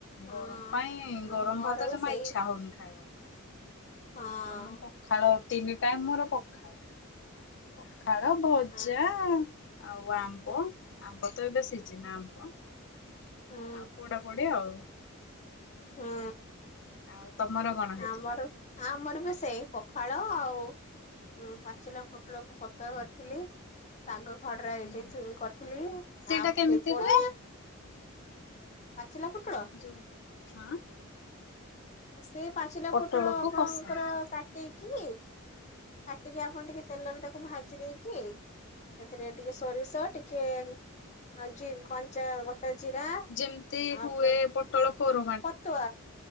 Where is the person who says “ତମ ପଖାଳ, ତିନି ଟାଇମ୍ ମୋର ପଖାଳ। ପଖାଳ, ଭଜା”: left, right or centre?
Left